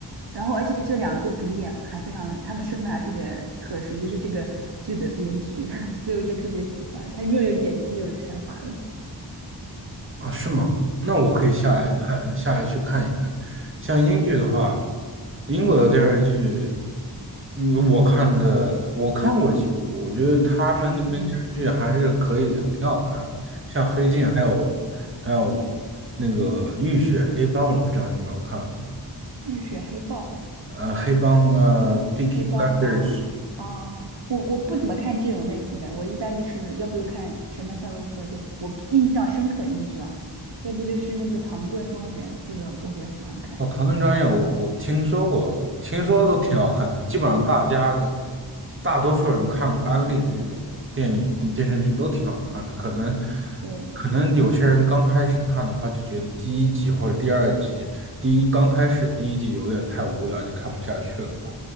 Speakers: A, on the right; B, on the right.
A: 然后而且这两个主演还非常，他们身份还特别特殊，就是这个剧的编剧，<laughs> 所以我就特别喜欢他，有为有演技，有才华了。
B: 啊，是吗？那我可以下来看，
A: 是的，
B: 下来去看一看。像英剧的话，
A: 是的，
B: 英国的电视剧，嗯，我看的，我看过几部，我觉得他们那边电视剧还是可以，
A: 嗯，
B: 挺好看的。像《黑镜》，
A: 对，
B: 还有还有那个《浴血黑帮》，我不知道你有没有看过。
A: 浴血黑豹、
B: 呃，黑帮，呃，《Peaky
A: 黑帮啊啊，
B: Blinders》
A: 我我不怎么看这种类型的，我一般就是要不就看《神探夏洛克》，就我印象深刻的英剧啊，要不就是那个《唐顿庄园》，这个我比较喜欢看。
B: 哦，《唐顿庄园》我我听说过，听说都挺好看的。
A: 对
B: 基本上大家大多数人看过安利的这种电影、电视剧都挺好看的。可能
A: 对，
B: 可能有些人刚开始看的话，就觉得第一集或者第二集，第一刚开始第一集有点太无聊，就看不下去了吧。